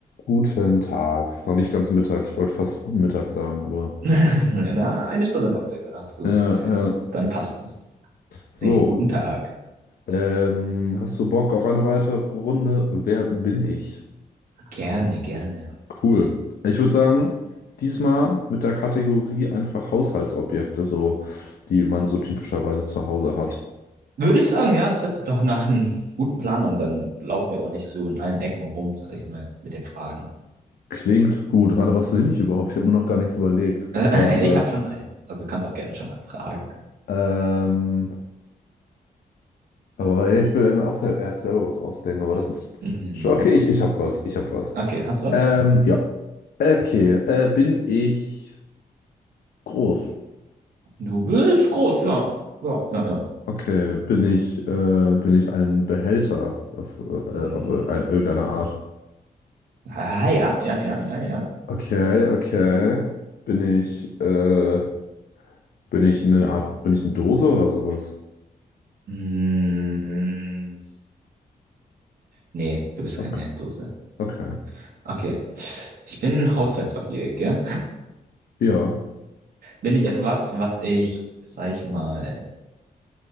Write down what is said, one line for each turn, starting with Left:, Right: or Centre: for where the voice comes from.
Left: Guten Tag. Ist noch nicht ganz Mittag. Ich wollte fast guten Mittag sagen, aber.
Right: <laughs> Na, eine Stunde noch circa, da hast du.
Left: Äh, äh,
Right: Dann passt es.
Left: so.
Right: Nee, guten Tag.
Left: Ähm, hast du Bock auf eine weitere Runde? Wer bin ich?
Right: Gerne, gerne.
Left: Cool. Ich würde sagen, diesmal mit der Kategorie einfach Haushaltsobjekte, so, die man so typischerweise zu Hause hat.
Right: Würde ich sagen, ja, das hört sich doch nach einem guten Plan an. Dann laufen wir auch nicht so in allen Ecken rum, sag ich mal, mit den Fragen.
Left: Klingt gut. Warte, was nehme ich überhaupt? Ich habe mir noch gar nichts überlegt.
Right: Äh,
Left: Äh,
Right: <laughs> ich habe schon eins, also kannst auch gerne schon mal fragen.
Left: ähm. Aber ja, ich will eben auch sel- erst selber was ausdenken, aber das ist
Right: Mhm.
Left: schon okay, ich, ich hab was, ich hab was.
Right: Okay, hast du was?
Left: Ähm, ja. Okay, äh, bin ich groß?
Right: Du bist groß, ja. Ja, ja, ja.
Left: Okay, bin ich, äh, bin ich ein Behälter auf, äh,
Right: Hm.
Left: auf irgendein, irgendeine Art?
Right: Ah, ja, ja, ja, ja, ja.
Left: Okay, okay. Bin ich, äh, bin ich eine Art, bin ich eine Dose oder sowas?
Right: Hm. Nee, du bist
Left: Okay.
Right: keine Dose.
Left: Okay.
Right: Okay. Ich bin Haushaltsobjekt, gell?
Left: Ja.
Right: bin ich etwas, was ich, sag ich mal,